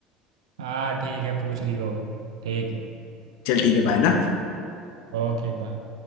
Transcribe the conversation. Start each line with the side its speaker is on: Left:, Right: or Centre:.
Right: हाँ ठीक है पूछ लियो ठीक
Left: चल ठीक है बाय ना
Right: Okay bye